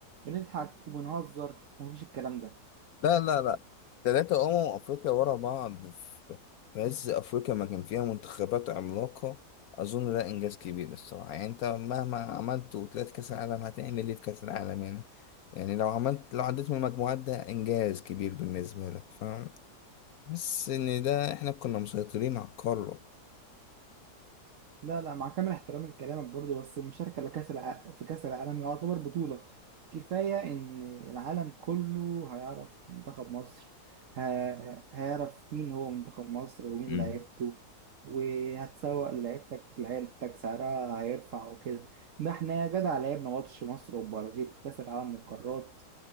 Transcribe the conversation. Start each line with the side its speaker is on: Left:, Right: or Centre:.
Right: بنضحك وبنهزر ومفيش الكلام ده
Left: لا لا لا ثلاثة أمم أفريقيا ورا بعض في في عز أفريقيا ما كان فيها منتخبات عملاقة أظن ده إنجاز كبير الصراحة يعني أنت مهما عملت وطلعت كأس العالم هتعمل إيه في كأس العالم يعني يعني لو عملت لو عديت من المجموعات ده إنجاز كبير بالنسبة لك فاهم بس إن ده إحنا كنا مسيطرين على القارة
Right: لا لا مع كامل احترامي لكلامك برضه بس المشاركه لكاس الع... في كاس العالم يعتبر بطوله كفايه ان العالم كله هيعرف منتخب مصر ه... هيعرف مين هو منتخب مصر ومين
Left: مم.
Right: لعيبته وهتسوق لعيبتك لعيبتك سعرها هيرفع وكده ده احنا يا جدع لعبنا ماتش مصر والبرازيل في كاس العالم للقارات